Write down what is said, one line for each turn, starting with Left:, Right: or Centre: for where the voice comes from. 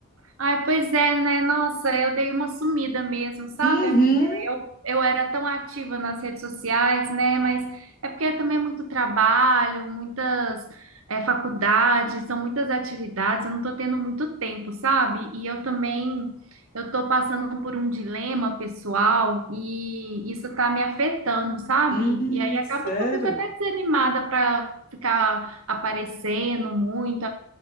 Right: Ai, pois é, né? Nossa, eu dei uma sumida mesmo, sabe,
Left: Uhum.
Right: amiga? Eu, eu era tão ativa nas redes sociais, né? Mas é porque também é muito trabalho, muitas é, faculdades, são muitas atividades, eu não tô tendo muito tempo, sabe? E eu também, eu tô passando por um dilema pessoal e isso tá me afetando, sabe?
Left: Hum,
Right: E aí acaba
Left: sério?
Right: que eu fico até desanimada para ficar aparecendo muito.